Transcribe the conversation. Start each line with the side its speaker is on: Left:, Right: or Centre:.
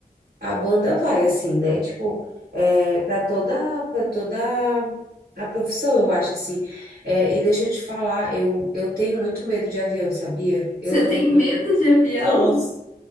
Right: a banda vai, assim, né? Tipo, é, para toda, para toda a profissão, eu acho, assim. É, e deixa eu te falar, eu, eu tenho muito medo de avião, sabia? Eu
Left: Você
Right: não,
Left: tem
Right: não.
Left: medo de avião?
Right: Nossa.